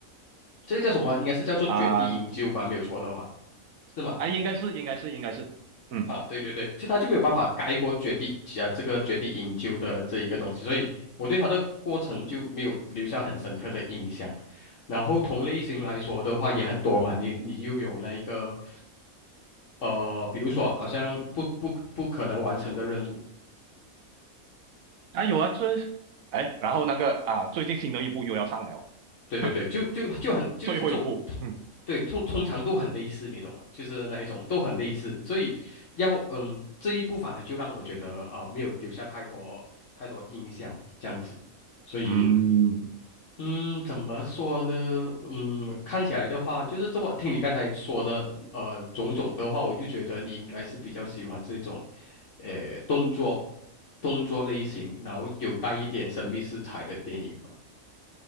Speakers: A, on the left; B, on the right.
A: 这个叫什么啊应该是叫做绝地营救吧，
B: 啊
A: 没有错的话，是吗？
B: 啊，应该是应该是应该是，嗯。
A: 啊，对对对，就他就没有办法盖过绝地啊这个绝地营救的这一个东西，所以我对他的过程就没有留下很深刻的印象。然后同类型来说的话也很多嘛，你你又有那一个，呃，比如说好像不不不可能完成的任务，
B: 啊有啊，这哎，然后那个啊，最近新的一部又要上了，
A: 对对对，
B: 哼，
A: 就就就很就是这种通，
B: 最后一部，嗯
A: 对，通通常都很类似，你懂吗？就是那一种都很类似，所以要嗯这一部反而就让我觉得啊没有留下太多太多印象这样子。所以
B: 嗯，
A: 嗯，怎么说呢？嗯，看起来的话，就是这么听你刚才说的，呃，种种的话，我就觉得你应该是比较喜欢这种，呃，动作动作类型，然后有带一点神秘色彩的电影吧。